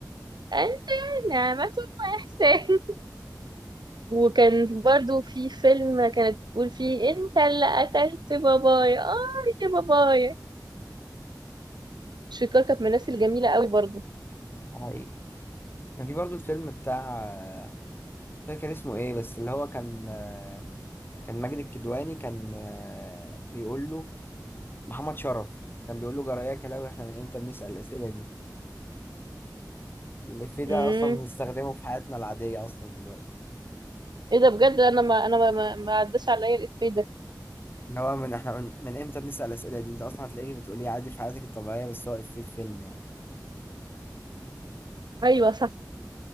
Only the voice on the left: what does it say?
حقيقي كان في برضو الفيلم بتاع آه، مش فاكر كان اسمه ايه بس اللي هو كان آه، كان ماجد الكدواني كان آه، بيقول له محمد شرف كان بيقول له جراياك يا كلاوي احنا من امتى بنسأل الأسئلة دي الإفيه ده
أصلا بنستخدمه في حياتنا العادية أصلا دلوقتي
اللي هو من احنا من, من امتى بنسأل الأسئلة دي انت أصلا هتلاقيه بتقوليه عادي في حياتك الطبيعية بس هو إفيه في فيلم يعني